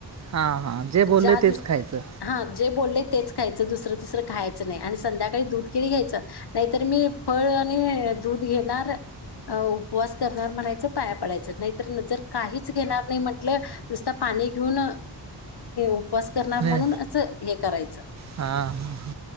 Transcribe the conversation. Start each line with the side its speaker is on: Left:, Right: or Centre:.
Right: हां हां जे बोलले
Left: ज्या दस
Right: तेच खायचं
Left: हा जे बोलले... तेच खायचं दुसरं तुसरं खायचं नाही आणि संध्याकाळी दूध केिली घ्यायचं नाहीतर मी फळ आणि.... दूध घेणार उपवास करणार म्हणायचं पाया.... पडायच नाही तर जर काहीच घेणार नाही म्हटलं नुसत पाणी घेऊन... उपवास करणार म्हणून
Right: ने
Left: असं हे करायचं
Right: हां हां